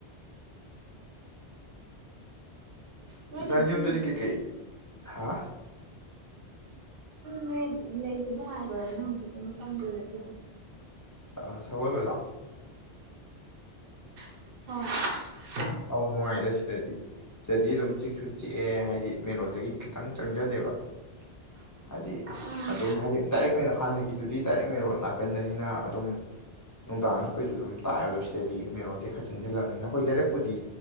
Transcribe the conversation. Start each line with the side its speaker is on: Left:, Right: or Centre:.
Right: ꯅꯣꯏꯗꯤ
Left: ꯁꯤꯁꯖꯤꯗꯨꯗꯤ
Right: ꯑꯗꯨꯝ
Left: ꯀꯦ ꯀꯩ ꯍꯥ
Right: ꯅꯣꯏ ꯂꯩꯕ ꯅꯨꯡꯉꯥꯏꯕꯗꯅ ꯍꯧꯖꯤꯛꯀꯤ ꯃꯇꯝꯗꯨꯗꯗ
Left: ꯑ ꯁꯒꯜꯕꯦꯂꯥ
Right: ꯍ
Left: ꯑꯧ ꯅꯨꯡꯉꯥꯏꯔꯦꯁꯗꯗꯤ ꯁꯤꯗꯗꯤ ꯑꯗꯨꯝ ꯆꯤꯛꯁꯨ ꯆꯤꯛꯑꯦ ꯍꯥꯏꯗꯤ ꯃꯦꯟ ꯔꯣꯠꯇꯒꯤ ꯈꯤꯇꯪ ꯆꯪꯁꯤꯜꯂꯦꯕ ꯍꯥꯏꯗꯤ
Right: ꯎꯝ
Left: ꯑꯗꯨꯝ ꯍꯥꯏꯗꯤ ꯗꯥꯏꯔꯦꯛ ꯃꯔꯣ ꯍꯥꯟꯅꯒꯤꯗꯨꯗꯤ ꯗꯥꯏꯔꯦꯛ ꯃꯔꯣ ꯅꯥꯀꯟꯗꯅꯤꯅ ꯑꯗꯨꯝ ꯅꯨꯡꯗꯥꯡꯁꯨ ꯀꯩꯁꯨ ꯑꯗꯨꯝ ꯇꯥꯛꯑꯕꯗꯣ ꯁꯤꯗꯗꯤ ꯃꯦꯟ ꯔꯣꯗꯠꯇꯩ ꯈꯔ ꯆꯪꯁꯤꯜꯂꯕꯅꯤꯅ ꯍꯣꯏ ꯂꯩꯔꯛ ꯄꯨꯗꯤ